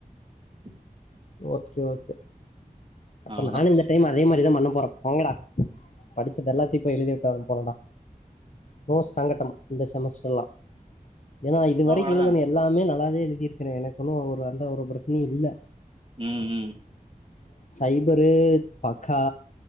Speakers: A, on the right (about 35°); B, on the left (about 55°).
A: ஹ <inaudible>
B: ஓகே ஓகே அப்ப
A: அவ்வளோதான்
B: நானும் இந்த டைம் அதே மாரிதான் பண்ண போறேன் போங்கடா படிச்சது எல்லாத்தையும் போய் எழுதி வுட்டு வர போறேன்டா நோ சங்கட்டம் இந்த செமஸ்டர்லாம் ஏன்னா இதுவரைக்கும்
A: அவ்வளோதான்
B: எழுதுண எல்லாமே நல்லாவே எழுதிருக்கிறேன் எனக்குகொன்னும் ஒரு அந்த ஒரு பிரச்சனையும் இல்ல
A: ம் ம்
B: ஐபரு பக்கா